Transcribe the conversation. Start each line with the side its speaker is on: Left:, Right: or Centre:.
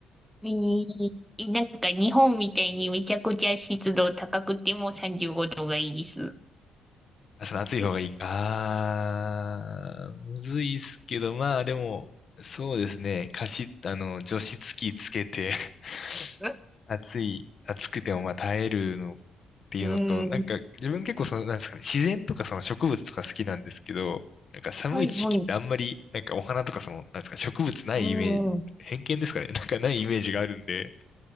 Centre: いいなんか日本みたいにめちゃくちゃ湿度高くても35度がいいです。
Left: あ、その暑い方がいい。あー、むずいっすけど、まあでも、そうですね。加湿、あの、除湿機つけて <laughs>
Centre: え
Left: 暑い、暑くてもまあ耐えるのっていうのと、
Centre: う
Left: なんか自分結構その、
Centre: ん。
Left: なんですかね、自然とかその植物とか好きなんですけど、なんか寒い時期ってあんまり、
Centre: はい、はい。
Left: なんかお花とかその、なんですか、植物ないイメージ、
Centre: うん。う
Left: 偏見ですかね、<laughs> なんかないイメージがあるんで、